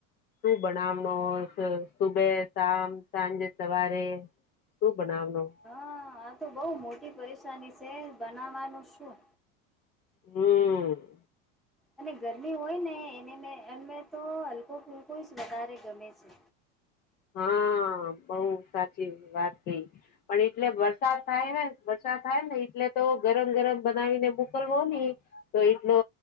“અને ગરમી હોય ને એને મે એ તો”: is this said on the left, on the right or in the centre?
Centre